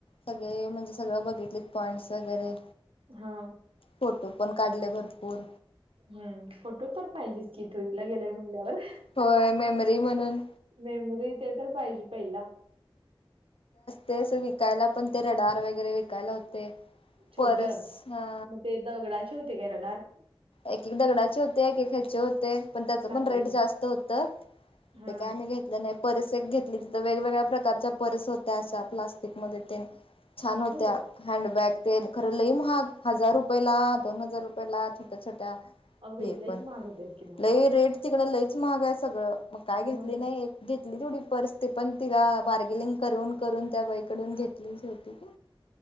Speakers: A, on the left; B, on the right.
A: सगळे म्हणजे सगळं बघितलेत पॉईंटस वगैरे
B: हा,
A: फोटो पण काढले भरपूर.
B: हम्म, फोटो तर पाहिजेच की, ट्रीपला गेलाय म्हणल्यावर.
A: होय मेमरी म्हणून
B: मेमरी ते तर पाहिजे पहिला
A: ते असं विकायला पण ते रडार वगैरे विकायला होते.
B: छोटं,
A: परस हा
B: ते दगडाचे होते का रडार?
A: एक एक दगडाचे होते. एक एक ह्याचे होते. पण त्याचं
B: लाकडी
A: पण रेट जास्त होत.
B: हा
A: ते काय आम्ही घेत नाही परिस एक घेतली तिथं वेगवेगळ्या प्रकारच्या पर्स होत्या. अशा प्लास्टिक मध्ये तेन छान होत्या
B: हो
A: हँडबॅग ते खरं लई महाग हजार रुपयाला दोन हजार रुपयाला तस त्या
B: अग बाई
A: हे
B: लईच
A: पण
B: महाग होतेत कि मग
A: लई रेट तिकडं लईच महाग आहे सगळं मग काय
B: हा
A: घेतली नाही एक घेतली तेवढी पर्स ते पण तिला बार्गेर्लिंग करून करून त्या बाईकडून घेतली जाते ह